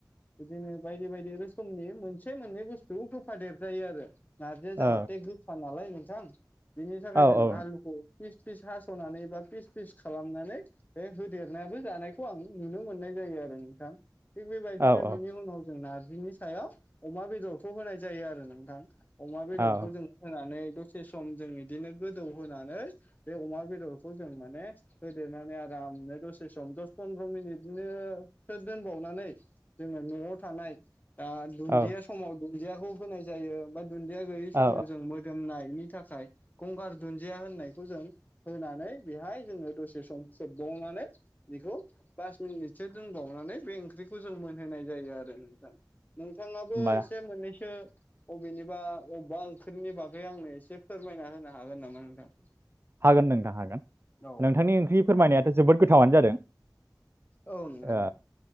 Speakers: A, on the left; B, on the right.
A: बिदिनो बायदि बायदि रोखोमनि मोनसे मोननै बुस्थु थफा देरजायो आरो नारजिया
B: औ
A: जाहथे गो मालाय नोंथां बिनि थाखाय
B: औ
A: जों
B: औ
A: आलुखौ फिस फिस हास'नानै बा फिस फिस खालामनानै बे होदेरनायाबो जानायखौ आं नुनो मोननाय जायो आरो नोंथां थिग बेबायदिनो
B: औ औ
A: बिनि उनाव जों नारजि बिनि सायाव अमा बेदरखौ होनाय जायो आरो नोंथां अमा बेदरखौ
B: औ
A: जों होनानै दसे सम जों बिदिनो गोदौ होनानै बे अमा बेदरखौ जों माने होदेरनानै आरामनो दसे सम दस फन्द्र मिनिटनो सोर दोनबावनानै जोङो नआव थानाय आ दुनजिया
B: औ
A: समाव दुनजियाखौ होनाय जायो बा दुन्दिया गैयै समाव
B: औ
A: होननायनि थाखाय गंगार दुन्दिया होननायखौ जों होनानै बेहाय जोङो दसे सम खोबावनानै बेखौ पास मिनिटसो दोनबावनानै बे ओंख्रिखौ जों मोनहोनाय जायो आरो नोंथां नोंथाङाबो
B: होमबा
A: एसे मोननैसो अबिनिबा अबा फोरनि बागै आंनो एसे फोरमायना होनो हागोन नामा नोंथां?
B: हागोन नोंथां हागोन
A: औ
B: नोंथांनि ओंख्रि फोरमायनाया जोबोद गोथावानो जादों।
A: औ नोंगोना
B: ओ
A: औ